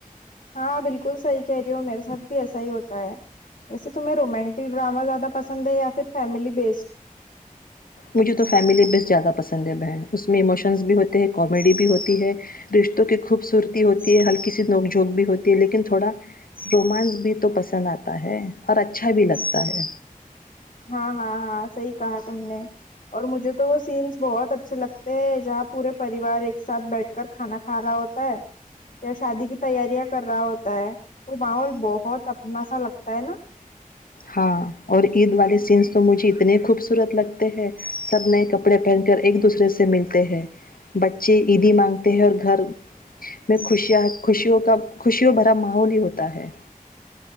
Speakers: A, on the left; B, on the left.
A: ہاں بالکل صحیح کہہ رہی ہو میرے ساتھ بھی ایسا ہی ہوتا ہے ویسے تمہیں رومانٹک ڈرامہ زیادہ پسند ہے یا پھر فیملی بیسڈ
B: مجھے تو فیملی بس زیادہ پسند ہے بہن اس میں ایموشنز بھی ہوتے ہیں کامیڈی بھی ہوتی ہے رشتوں کی خوبصورتی ہوتی ہے ہلکی سی نوک جھونک بھی ہوتی ہے لیکن تھوڑا رومانس بھی تو پسند آتا ہے اور اچھا بھی لگتا ہے
A: ہاں ہاں ہاں صحیح کہا تھا سننے اور مجھے تو وہ سینس بہت اچھے لگتے ہیں جہاں پورے پریوار ایک ساتھ بیٹھ کر کھانا کھا رہا ہوتا ہے یا شادی کی تیاریاں کر رہا ہوتا ہے وہ ماحول بہت اپنا سا لگتا ہے نا
B: ہاں اور عید والے سینس تو مجھے اتنے خوبصورت لگتے ہیں سب نئے کپڑے پہن کر ایک دوسرے سے ملتے ہیں بچے عیدی مانگتے ہیں اور گھر میں خوشیاں خوشیوں کا خوشیوں بھرا ماحول ہی ہوتا ہے